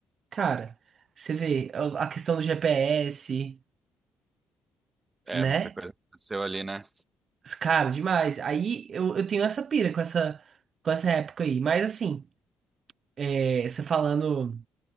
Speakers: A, on the right; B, on the right.
A: Cara, você vê a a questão do GPS,
B: É,
A: né?
B: muita coisa aconteceu ali, né?
A: Cara, demais. Aí eu, eu tenho essa pira com essa, com essa época aí. Mas assim, é, você falando.